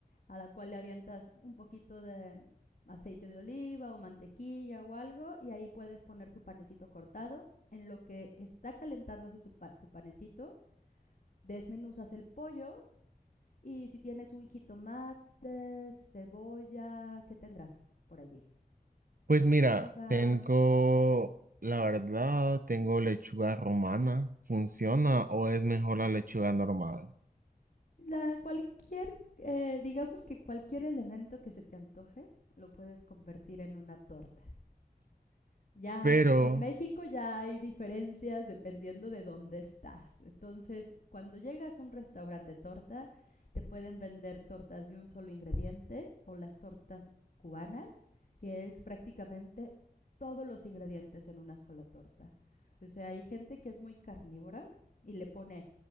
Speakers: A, on the left; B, on the right.
A: a la cual le avientas un poquito de aceite de oliva o mantequilla o algo y ahí puedes poner tu panecito cortado. En lo que está calentándose su pa- tu panecito, desmenuzas el pollo y si tienes un jitomate, cebolla, ¿qué tendrás por allí?
B: Pues
A: Lechuga,
B: mira, tengo, la verdad, tengo lechuga romana. ¿Funciona o es mejor la lechuga normal?
A: La cualquier, eh, digamos que cualquier elemento que se te antoje, lo puedes convertir en una torta. Ya,
B: Pero,
A: en México ya hay diferencias dependiendo de dónde estás. Entonces, cuando llegas a un restaurante de torta, te pueden vender tortas de un solo ingrediente o las tortas cubanas, que es prácticamente todos los ingredientes en una sola torta. O sea, hay gente que es muy carnívora y le pone